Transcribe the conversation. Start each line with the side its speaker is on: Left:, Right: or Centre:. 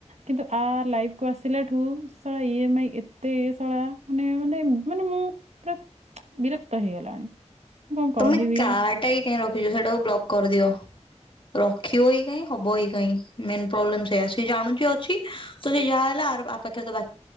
Right: କିନ୍ତୁ ଆ ଲାଇଫ୍ କୁ ଆସି ଆସିଲାଠୁ ଶଳା ଇଏମାଇ ଏତେ ଶଳା ମାନେ ମାନେ ମୁଁ ପୁରା ବିରକ୍ତ ହେଇଗଲାଣି। ମୁଁ କ'ଣ
Left: ତମେ
Right: କହିବି
Left: କାଡ୍ଟା ହିଁ କାଇଁ ରଖିଛ ସେଟାକୁ ବ୍ଲକ କରିଦିଅ। ରଖିବ ହି କାଇଁ ହବ ହି କାଇଁ। ମେନ ପ୍ରୋବ୍ଲେମ ସେଇଆ ସେ ଜାଣୁଛି ଅଛି ତ ସେ ଯାହା ହେଲା ଆର ଆ ପାଖରେ ତ ବା